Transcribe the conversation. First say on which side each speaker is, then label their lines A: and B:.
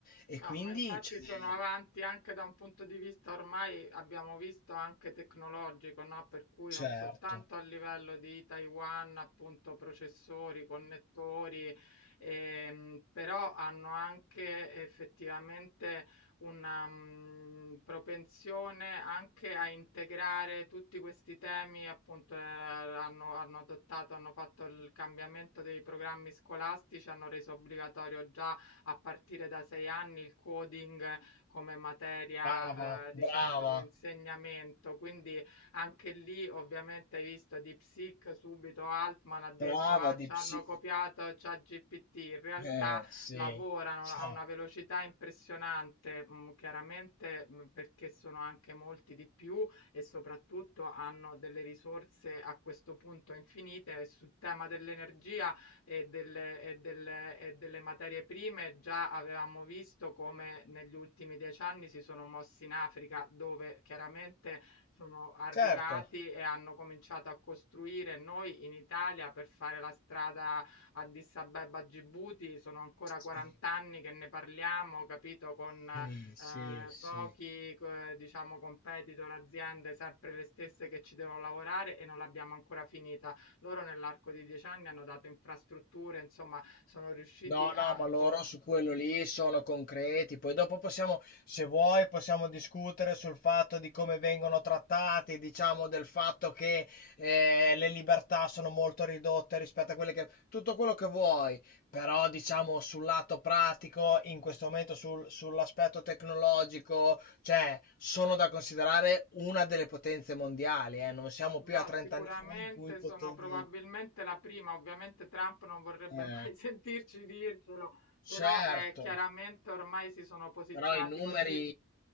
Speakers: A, on the left; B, on the left.
A: E
B: No,
A: quindi,
B: ma infatti
A: cioè,
B: sono avanti anche da un punto di vista ormai abbiamo visto anche tecnologico, no? Per cui
A: certo,
B: non soltanto a livello di Taiwan, appunto, processori, connettori, ehm, però hanno anche effettivamente una mh, propensione anche a integrare tutti questi temi, appunto, eh, hanno, hanno adottato, hanno fatto il cambiamento dei programmi scolastici, hanno reso obbligatorio già a partire da 6 anni il coding come materia,
A: brava,
B: ehm, diciamo
A: brava,
B: di insegnamento. Quindi anche lì ovviamente hai visto Deep Seek, subito Altman ha detto:
A: brava
B: "Ah,
A: di
B: c'hanno
A: psi...
B: copiato ChatGPT". In realtà
A: Eh, sì,
B: lavorano
A: Ciao.
B: a una velocità impressionante, mhmm, chiaramente, mhmm, perché sono anche molti di più e soprattutto hanno delle risorse a questo punto infinite. E sul tema dell'energia e delle e delle e delle materie prime, già avevamo visto come negli ultimi 10 anni si sono mossi in Africa, dove chiaramente sono arrivati
A: certo.
B: e hanno cominciato a costruire. Noi in Italia per fare la strada Addis Abeba Gibuti sono ancora
A: Sì,
B: 40 anni che ne parliamo, capito, con,
A: sì,
B: ehm,
A: sì. sì.
B: pochi co diciamo competitor, aziende sempre le stesse che ci devono lavorare e non l'abbiamo ancora finita. Loro nell'arco di 10 anni hanno dato infrastrutture, insomma, sono riusciti
A: No,
B: a
A: no, ma loro
B: comu
A: su quello lì sono concreti. Poi dopo possiamo, se vuoi, possiamo discutere sul fatto di come vengono trattati, diciamo del fatto che eh, le libertà sono molto ridotte rispetto a quelle che... Tutto quello che vuoi, però diciamo sul lato pratico, in questo momento sul- sull'aspetto tecnologico, cioè sono da considerare una delle potenze mondiali, eh. Non siamo
B: no,
A: più a 30
B: sicuramente
A: anni fa in cui potevi...
B: sono probabilmente la prima. Ovviamente Trump non vorrebbe
A: Eh,
B: mai <laughs> sentirci dircelo,
A: certo.
B: però, ehm, chiaramente ormai si sono posizionati
A: Però i numeri,
B: così